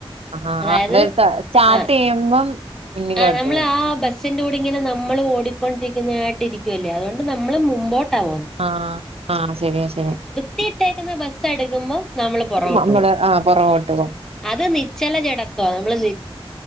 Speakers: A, on the right; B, in the centre.
A: ആഹ്
B: അതായത്
A: അത് സ്റ്റാർട്ട്
B: ആഹ്
A: ചെയ്യുമ്പം മുന്നിലോട്ട്
B: ആഹ് നമ്മള്
A: പോവും
B: ആ ബസ്സിന്റെ കൂടിങ്ങനെ നമ്മൾ ഓടിക്കൊണ്ടിരിക്കുന്നതായിട്ട് ഇരിക്കുവല്ലേ അതുകൊണ്ട് നമ്മളും മുമ്പോട്ടാ പോന്നേ
A: ആഹ് ആഹ് ശരിയാ ശരിയാ
B: നിർത്തിയിട്ടേക്കുന്ന ബസ്സ് എടുക്കുമ്പോ നമ്മള് പൊറകോട്ട്
A: നമ്മള്
B: പോവും
A: ആഹ് പൊറകോട്ട് പോവും
B: അത് നിശ്ചല ജഡത്വാ നമ്മള് നി